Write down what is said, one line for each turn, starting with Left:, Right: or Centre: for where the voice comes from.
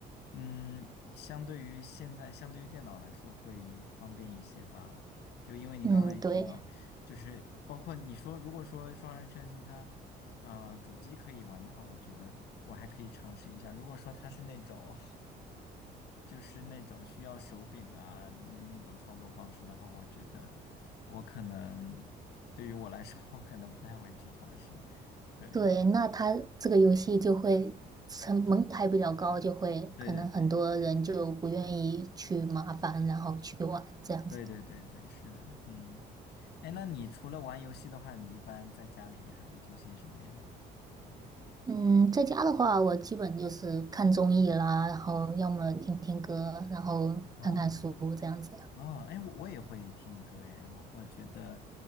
Left: 嗯，相对于现在相对于电脑来说会方便一些吧，就因为你刚才也提到，
Right: 嗯，对
Left: 就是包括你说如果说双人成行它。啊、呃主机可以玩的话，我觉得我还可以尝试一下。如果说它是那种就是那种需要手柄啊，那那种操作方式的话，我觉得我可能对于我来说，我可能不太会去尝试。对，
Right: 对，那它这个游戏就会成门槛比较高，就会可能很多人就不愿意去麻烦，
Left: 对对对，
Right: 然后去玩这样子。
Left: 对对对对，是的，嗯，哎，那你除了玩游戏的话，你一般在家里你还会做些什么呀？
Right: 嗯，在家的话，我基本就是看综艺啦，然后要么听听歌，然后看看书这样子。
Left: 哦哦，哎，我我也会听歌耶，我我觉得